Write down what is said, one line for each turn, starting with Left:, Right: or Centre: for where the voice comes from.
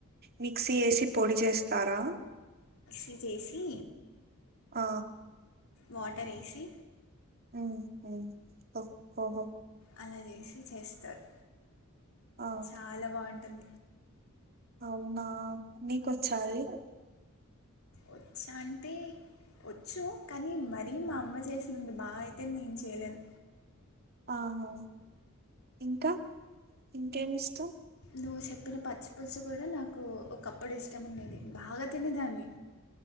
Right: మిక్సీ వేసి పొడి చేస్తారా
Left: తీసేసి
Right: ఆ
Left: వాటర్ వేసి
Right: మ్మ్ హ్మ్ హ్ ఓహో
Left: అలాగేస్ చేస్తారు
Right: ఆ
Left: చాలా బాగుం తన్
Right: అవునా నీకొచ్చాయి
Left: వచ్చా అంటే వచ్చు కానీ మరీ మా అమ్మ చేసినంత బాగా నేను చేయలేను
Right: ఆహా ఇంకా ఇంకేమిష్
Left: దోశెల్ ప్పిన పచ్చి పులుసు కూడా నాకు ఒకప్పుడు ఇష్టం ఉండేది బాగా తినేదాన్ని